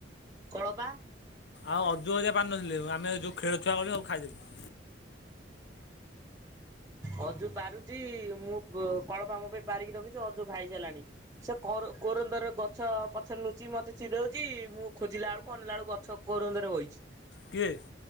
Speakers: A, on the right (about 15°); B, on the left (about 65°).
A: କଳପା
B: ଆଉ ଅଜୁ ଅଜା ପାରୁନଥିଲେ ଆମେ ଯଉ ଖେଳ ଛୁଆ କୁ ସବୁ ଖାଇଦେଲି।
A: <inaudible> ଅଜୁ ପାରୁଚି ମୁଁ କଳପା ମୋ ପେ ପାରିକି ରଖିଚି ଅଜୁ ଖାଇ ସାଇଲାଣି। ସେ କର କୋରନ୍ଦରେ ଗଛ ପଛରେ ନୁଚ୍ ଚି ମତେ ଚିଡଉଚି ମୁଁ ଖୋଜିଲା ବଳକୁ ଅନେଇଲା ବଳକୁ ଗଛ କରୋନ୍ଦ ରେ ବଇଚି‌।
B: କିଏ?